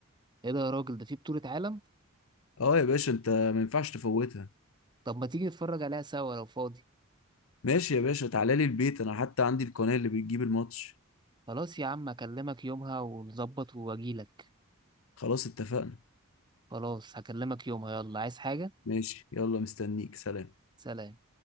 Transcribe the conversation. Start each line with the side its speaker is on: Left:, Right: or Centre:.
Right: ايه ده يا راجل ده في بطوله عالم
Left: اه يا باشا انت ما ينفعش تفوتها
Right: طب ما تيجي نتفرج عليها سوا لو فاضي
Left: ماشي يا باشا تعالى لي البيت انا حتى عندي القناه اللي بتجيب الماتش
Right: خلاص يا عم اكلمك يومها ونظبط واجيلك
Left: خلاص اتفقنا
Right: خلاص هكلمك يومها يلا عايز حاجه
Left: ماشي يلا مستنيك سلام
Right: سلام